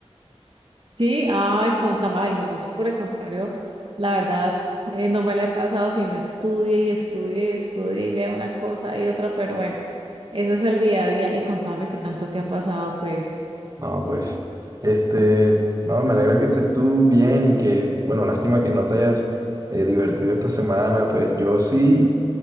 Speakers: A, on the right; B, on the right.
A: Sí, ay, contame, ay, no, yo sí por el contrario, la verdad, eh, no me la he pasado, sino estudie y estudie y estudie y lea una cosa y otra, pero bueno, ese es el día a día y contame qué tanto te ha pasado, pues,
B: No, pues, este, no, me alegra que estés tú bien y que, bueno, lástima que no te hayas eh, divertido esta semana, pues yo sí